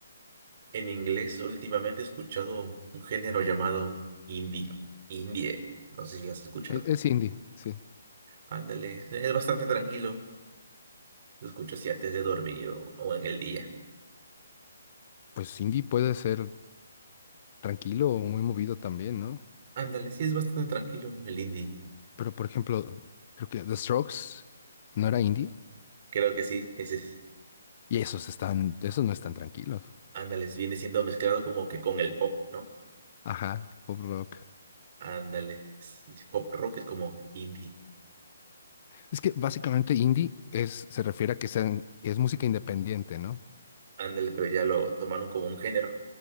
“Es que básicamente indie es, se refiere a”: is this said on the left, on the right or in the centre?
Left